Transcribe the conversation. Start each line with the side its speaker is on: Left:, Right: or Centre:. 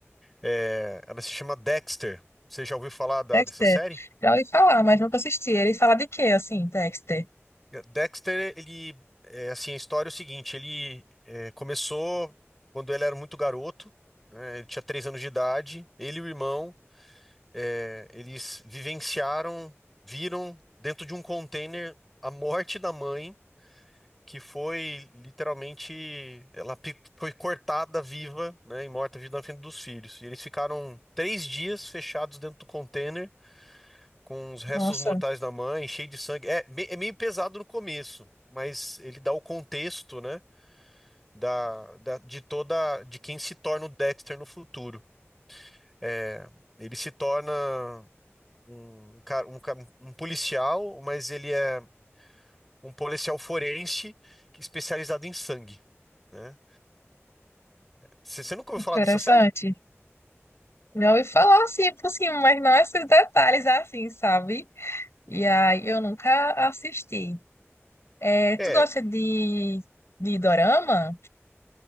Centre: é, ela se chama Dexter. Você já ouviu falar da-
Left: Dexter,
Centre: dessa série?
Left: já ouvi falar, mas nunca assisti. Ele fala de quê, assim, Dexter?
Centre: Dexter, ele, é, assim, a história é o seguinte: ele é, começou quando ele era muito garoto, né? Ele tinha três anos de idade. Ele e o irmão, é, eles vivenciaram, viram dentro de um container a morte da mãe que foi literalmente, ela pi- foi cortada viva, né, e morta viva na frente dos filhos. E eles ficaram três dias fechados dentro do container, com os restos
Left: Nossa,
Centre: mortais da mãe, cheio de sangue. É, me- é meio pesado no começo, mas ele dá o contexto, né, da, da- de toda, de quem se torna o Dexter no futuro. É, ele se torna um, ca- um ca- um policial, mas ele é um policial forense que- é especializado em sangue. né? Você você nunca ouviu
Left: interessante.
Centre: falar dessa série?
Left: Já ouvi falar assim por cima, mas não esses detalhes assim, sabe? E aí eu nunca assisti. É, tu
Centre: É,
Left: gosta de, de dorama?